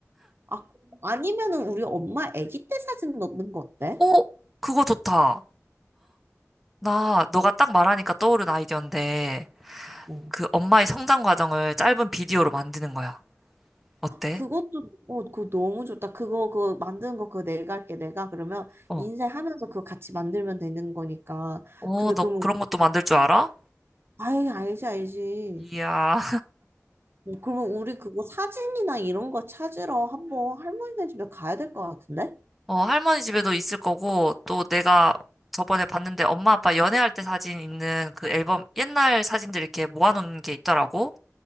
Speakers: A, on the right; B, in the centre.
A: 아, 아니면은 우리 엄마 아기 때 사진 넣는 거 어때?
B: 오, 그거 좋다. 나 너가 딱 말하니까 떠오른 아이디어인데
A: 응.
B: 그 엄마의 성장 과정을 짧은 비디오로 만드는 거야. 어때?
A: 그것도 어 그거 너무 좋다. 그거 그 만드는 거 그거 내가 할게. 내가 그러면
B: 어.
A: 인쇄하면서 그거 같이 만들면 되는 거니까.
B: 오,
A: 근데
B: 너
A: 그러면
B: 그런 것도 만들 줄 알아?
A: 아이 알지 알지.
B: 이야.
A: 어, 그러면 우리 그거 사진이나 이런 거 찾으러 한번 할머니네 집에 가야 될 것 같은데?
B: 어, 할머니 집에도 있을 거고, 또 내가 저번에 봤는데 엄마 아빠 연애할 때 사진 있는 그 앨범, 옛날 사진들 이렇게 모아놓은 게 있더라고.